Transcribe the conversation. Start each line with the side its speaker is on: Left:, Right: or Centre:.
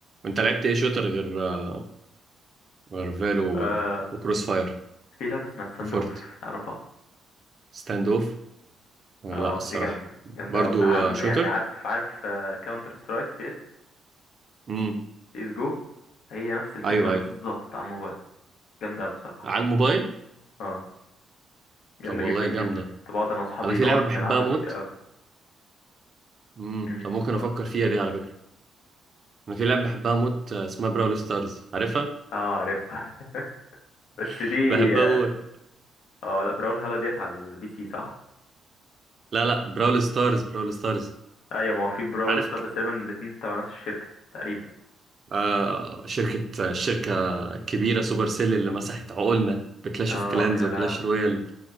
Right: انت لعبت ايه شوتر غير آه، غير فالو
Left: آه...
Right: و- وكروس فاير
Left: في لعبه اسمها ستاند
Right: وفورت
Left: اوف اعرفها
Right: ستاند اوف آه،
Left: اه
Right: لا الصراحة
Left: دي جامدة
Right: برضو
Left: جامدة أوي بصراحة عم-
Right: آه، شوتر
Left: يعني عارف عارف كاونتر سترايك سي اس
Right: امم
Left: سي اس جو هي نفس الفكرة
Right: ايوه
Left: بالظبط
Right: ايوه
Left: على الموبايل جامدة أوي بصراحة
Right: على الموبايل
Left: اه جامدة
Right: طب والله
Left: جدا جدا
Right: جامدة
Left: كنت بقعد أنا وأصحابي
Right: انا في
Left: نقعد
Right: لعبة بحبها
Left: نلعبها
Right: موت
Left: كتير أوي
Right: امم
Left: أمم،
Right: طب ممكن
Left: اتفضل.
Right: افكر فيها دي على فكرة انا في لعبة بحبها موت آه، اسمها براول ستارز عارفها
Left: اه عارفها <laughs> بس
Right: <laughs>
Left: دي
Right: بحبها
Left: اه
Right: موت
Left: اه، لا براول هالا ديت على البي سي صح؟
Right: لا لا براول ستارز براول ستارز
Left: أيوة ما هو في براول
Right: عارف
Left: ستار
Right: ك-
Left: بس تقريبا الاتنين تبع نفس الشركة تقريبا
Right: آه شركة آه، شركة كبيرة سوبر سيل اللي مسحت عقولنا بكلاش
Left: اه
Right: اوف كلانز
Left: يا
Right: وكلاش
Left: لهوي
Right: رويال